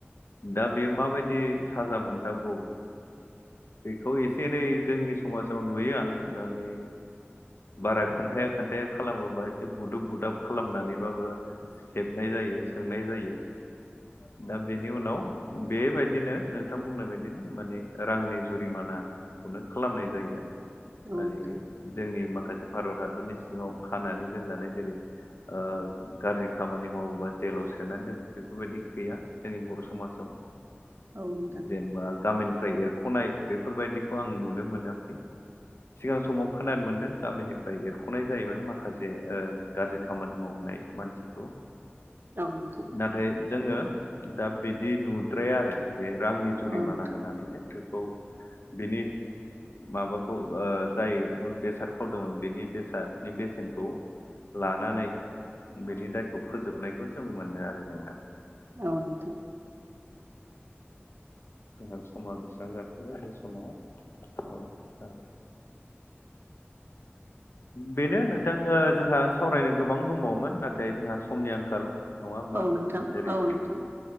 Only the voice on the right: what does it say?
औ
नोंथां
औ नोंथां
औ नोंथां
औ नोंथां
औ नोंथां।
औ नोंथां
औ नोंथां औ नोंथां